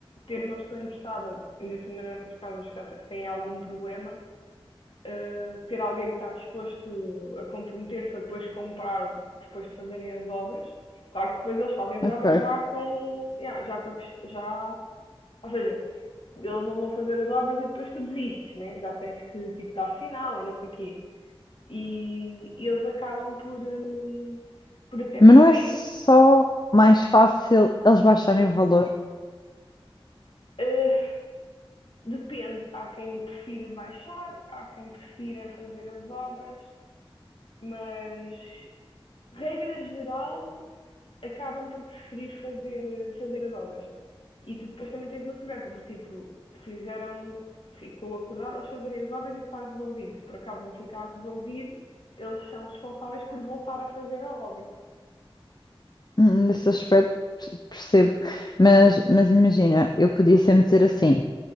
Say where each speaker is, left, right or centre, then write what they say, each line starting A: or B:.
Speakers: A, on the left (about 65°); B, on the left (about 45°).
A: ter uma pessoa interessada, ainda assim nessas casas que já te- têm algum problema, eh, ter alguém que está disposto a comprometer-se a depois comprar, depois de fazerem as obras, claro que depois eles fazem as
B: Ok.
A: obras já com, yeah, já com a quest- já, ou seja, eles não vão fazer as obras e depois tu desistes, né? Já tens que tipo dar sinal e não sei o quê. E, e eles acabam por, eh, por até preferir.
B: Mas não é só mais fácil eles baixarem o valor.
A: Eh, Depende, há quem prefira baixar, há quem prefira fazer as obras, mas regra geral acabam por preferir fazer, fazer as obras. E tu depois também tens uma segurança, porque tipo, fizeram, ficou acordado eles fazerem as obras e estar resolvido. Se por acaso não ficar resolvido, eles são responsáveis por voltar a fazer a obra.
B: Hum, Nesse aspecto perce- percebo. Mas, mas imagina, eu podia sempre dizer assim: